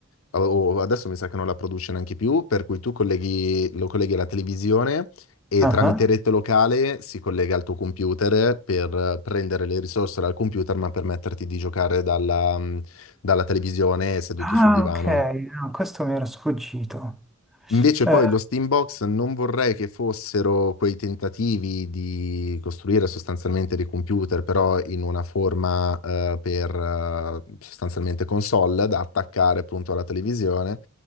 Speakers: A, on the left (about 85°); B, in the centre.
A: o, o adesso mi sa che non la produce neanche più, per cui tu colleghi, lo colleghi alla televisione e
B: Ah,
A: tramite rete locale si collega al tuo computer per eh, prendere le risorse dal computer, ma permetterti di giocare dalla mm, dalla televisione seduto
B: Ah,
A: sul divano.
B: ok, No, questo mi era sfuggito.
A: Invece
B: Eh,
A: poi lo Steambox non vorrei che fossero quei tentativi di costruire sostanzialmente dei computer, però in una forma eh, per eh, sostanzialmente console da attaccare appunto alla televisione